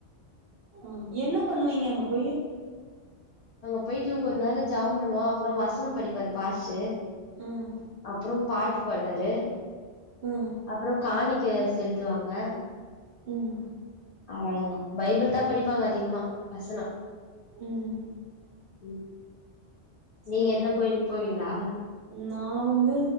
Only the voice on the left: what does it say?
அங்க போய்ட்டு கொஞ்ச நேர ஜவ பண்ணுவோம் அப்புறம் வசனம் படிப்பாரு பாசு
அப்புறம் பாட்டு பாடுவாரு
அப்புறம் காணிக்க செலுத்துவாங்க
அவ்ளோதா பைபிள் தா படிப்பாங்க அதிகமா வசனம்
ம்
நீங்க என்ன கோயிலுக்கு போவீங்களா